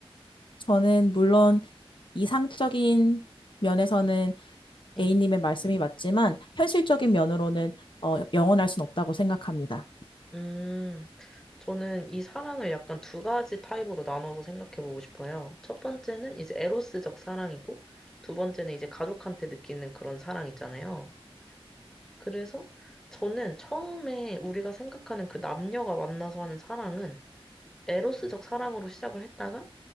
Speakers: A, on the left; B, in the centre.
A: 저는 물론 이상적인 면에서는
B: 네. 네.
A: A님의 말씀이 맞지만 현실적인 면으로는 어, 영원할 순 없다고 생각합니다.
B: 음, 저는 이 사랑을 약간 두 가지 타입으로 나눠서 생각해 보고 싶어요. 첫 번째는 이제 에로스적 사랑이고, 두 번째는 이제 가족한테 느끼는 그런 사랑 있잖아요. 그래서 저는 처음에 우리가 생각하는 그 남녀가 만나서 하는 사랑은 에로스적 사랑으로 시작을 했다가,